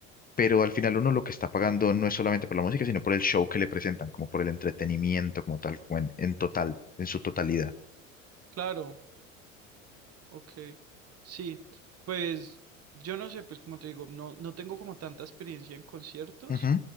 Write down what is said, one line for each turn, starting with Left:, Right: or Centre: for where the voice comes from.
Left: pero al final uno lo que está pagando no es solamente por la música, sino por el show que le presentan, como por el entretenimiento como tal, como en, en total, en su totalidad.
Right: Claro, Ok, sí, pues yo no sé, pues como te digo, no, no tengo como tanta experiencia en conciertos,
Left: Ujú,